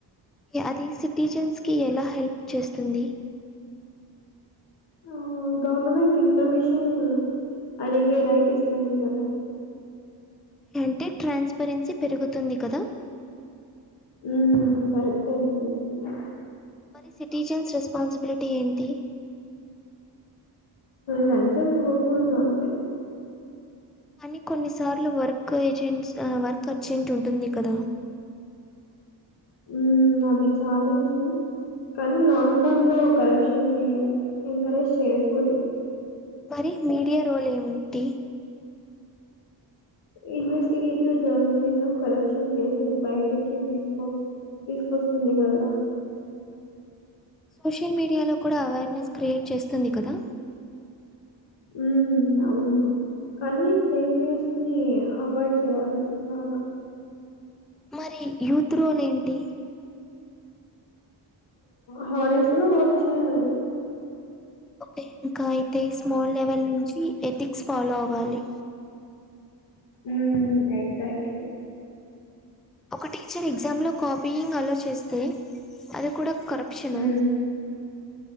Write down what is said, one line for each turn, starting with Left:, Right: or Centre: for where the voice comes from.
Centre: అది సిటిజన్స్కి ఎలా హెల్ప్ చేస్తుంది
Left: ఆ గవర్నమెంట్ ఇన్ఫర్మేషన్ అడిగే రైట్ ఇస్తుంది కదా
Centre: అంటే ట్రాన్స్పరెన్సీ పెరుగుతుంది కదా
Left: ఉ కరెక్ట నువు చెప్పింది
Centre: మరి సిటిజన్స్ రెస్పాన్సిబిలిటీ ఏంటి
Left: లంచమ్ ఇవకూడదు అంతే
Centre: కాని కొన్నిసార్లు వర్క్ ఏజెంట్స్ వర్క్ అర్జెంట్ ఉంటుంది కదా
Left: ఉ అది చాలెంజ్ కానీ లాంగ్ టర్మ్ లో కరప్షన్ని ని ఎంకరేజ్ చేయకూడదు
Centre: మరి మీడియా రోల్ ఏమిటి
Left: ఇన్వెస్టిగేటివ్ జర్నలిజం కరప్షన్ కేసెస్ బయటెక్కి తీసుకో తీసుకొస్తుంది కదా
Centre: సోషల్ మీడియాలో కూడా అవేర్నెస్ క్రియేట్ చేస్తుంది కదా
Left: ఉ అవును కానీ ఫేక్ న్యూస్ ని అవాయిడ్ చేయాలి బాగా
Centre: మరి యూత్ రోల్ ఏంటి
Left: హనేస్టుగా వర్క్ చేయాలి
Centre: ఓకే ఇంకా అయితే స్మాల్ లెవెల్ నుంచి ఎథిక్స్ ఫాలో అవ్వాలి
Left: ఉ ఎక్సెక్ట్లి
Centre: ఒక టీచర్ ఎగ్జామ్ లో కాపీయింగ్ అలో చేస్తే అది కూడా కరప్షన్
Left: హ్మ్.